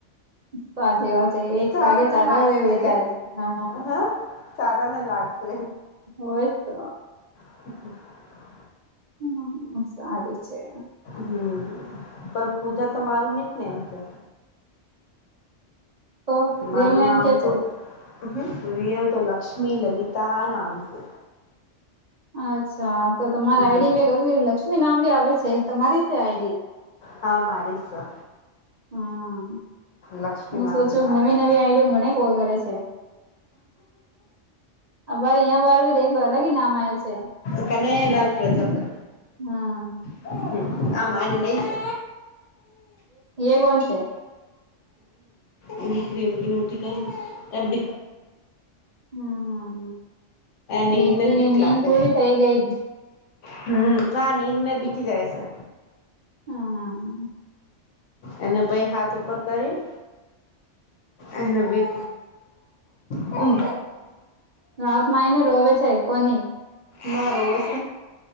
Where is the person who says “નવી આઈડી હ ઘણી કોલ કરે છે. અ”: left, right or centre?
Right